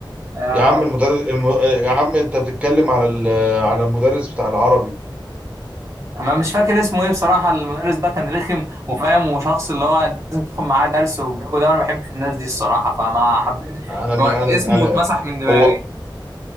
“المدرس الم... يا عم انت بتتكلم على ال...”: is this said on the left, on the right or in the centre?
Right